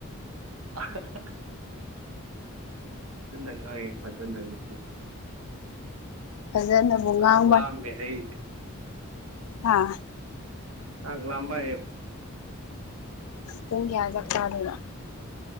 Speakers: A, on the right; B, on the left.
A: <unintelligible> <inaudible>
B: ꯐꯖꯅꯕꯨ
A: ꯆꯥꯛ
B: ꯉꯥꯡꯕ
A: ꯂꯥꯝꯃꯦ ꯑꯩꯁꯦ
B: ꯍꯥꯥ
A: <unintelligible> ꯂꯝꯕ
B: <unintelligible> ꯊꯨꯡ ꯀ ꯆꯥꯛ ꯆꯥꯗꯣꯏꯕ